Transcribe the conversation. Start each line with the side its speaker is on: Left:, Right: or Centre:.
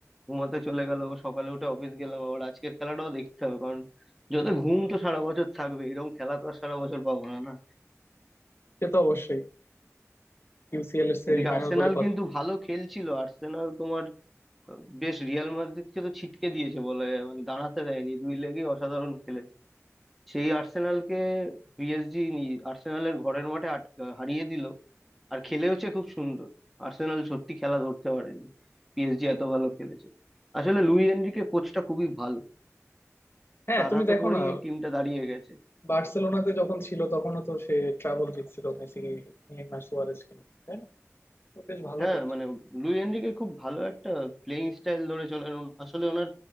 Centre: ঘুমাতে চলে গেল আবার সকালে উঠে অফিস গেলাম আবার আজকের খেলাটাও দেখতে হবে কারণ যত ঘুম তো সারা বছর থাকবে এরকম খেলা তো আর সারা বছর পাবো না না
Left: সে তো অবশ্যই ইউসিএল এর সেমিফাইনাল
Centre: এদিকে আর্সেনাল
Left: বলে কথা
Centre: কিন্তু ভালো খেলছিল আর্সেনাল তোমার বেশ রিয়াল মাদ্রিদকে তো ছিটকে দিয়েছে বলা যায় মানে দাঁড়াতে দেয়নি দুই লেগই অসাধারণ খেলেছে সেই আর্সেনালকে পিএসজি আর্সেনালের ঘরের মাঠে আটকে হারিয়ে দিল আর খেলে হচ্ছে খুব সুন্দর আর্সেনাল সত্যি খেলা ধরতে পারেনি পিএসজি এত ভালো খেলেছে আসলে লুই এনরিকে কোচটা খুবই ভালো
Left: হ্যাঁ
Centre: তার
Left: তুমি
Centre: হাতে
Left: দেখো
Centre: পড়েই
Left: না
Centre: এই টিমটা দাঁড়িয়ে গেছে
Left: বার্সেলোনাতে যখন ছিল তখনও তো সে ট্রাবল জিতছিল মেসি নেইমার সুয়ারেজকে নিয়ে তাই না তো বেশ ভালো
Centre: হ্যাঁ
Left: করছে
Centre: মানে লুই এনরিকে খুব ভালো একটা প্লেইং স্টাইল ধরে চলেন উনি। আসলে ওনার